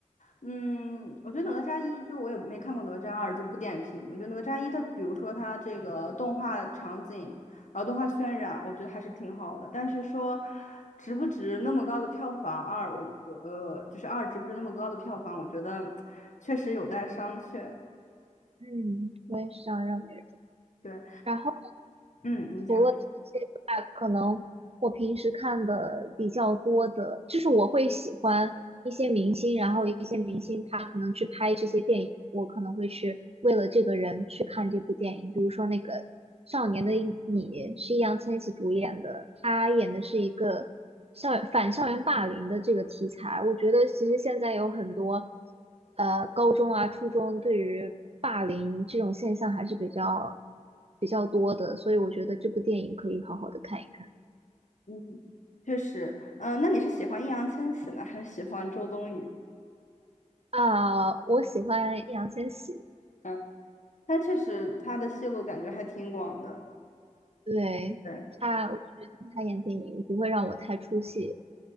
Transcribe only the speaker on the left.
嗯，我觉得哪吒一就我也没看过哪吒二，就不点评。我觉得哪吒一它，比如说它这个动画场景，然后动画渲染，我觉得还是挺好的。但是说值不值那么高的票房，二我我就是二值不值那么高的票房，我觉得确实有待商榷。
对，
嗯，你讲，
嗯，确实，嗯、那你是喜欢易烊千玺呢，还是喜欢周冬雨？
嗯，他确实他的戏路感觉还挺广的。
对。